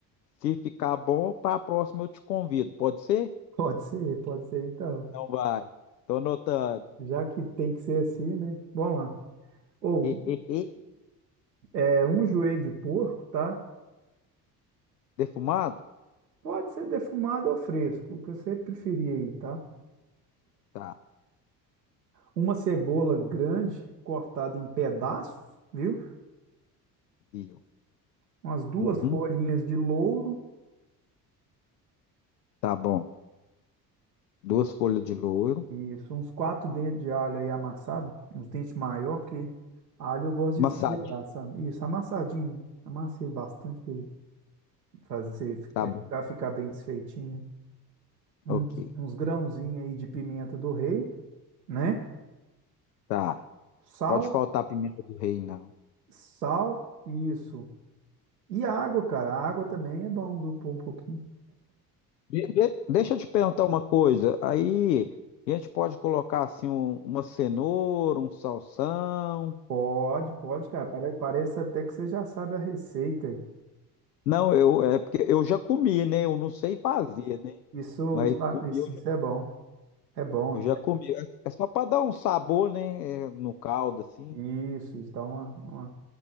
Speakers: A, on the left (about 80°); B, on the right (about 80°).
A: Se ficar bom, para a próxima eu te convido, pode ser?
B: Pode ser, pode ser, então.
A: Não vai. Tô anotando.
B: Já que tem que ser assim, né? Vamos lá. Ou,
A: <laughs>
B: é, é, um joelho de porco, tá?
A: Defumado?
B: Pode ser defumado ou fresco, o que você preferir aí, tá?
A: Tá,
B: uma cebola grande cortada em pedaços, viu?
A: viu.
B: Umas duas
A: Uhum,
B: folhinhas de louro,
A: tá bom. Duas folhas de louro.
B: isso, uns quatro dentes de alho aí amassado, uns dentes maior, porque alho eu gosto de
A: Massadinho?
B: exagerar, sabe? Isso, amassadinho, amassei bastante pra ele fazer você fi-
A: Tá
B: é,
A: bom.
B: ficar, ficar bem desfeitinho. Uns,
A: Ok,
B: uns grãozinhos aí de pimenta do rei, né?
A: tá.
B: Sal,
A: Pode faltar pimenta do rei, não.
B: sal, isso. E água, cara, a água também é bom, viu? Pôr um pouquinho.
A: De- de- deixa eu te perguntar uma coisa. Aí a gente pode colocar assim um- uma cenoura, um salsão.
B: Pode, pode, cara. Pare- Parece até que você já sabe a receita. hein?
A: Não, eu é porque eu já comi, né? Eu não sei fazer, né?
B: Isso,
A: Mas
B: isso, ah,
A: comi,
B: isso,
A: eu
B: isso
A: já,
B: é bom. É bom.
A: eu já comi. É é só para dar um sabor, né? É, No caldo assim.
B: Isso, isso dá uma, uma,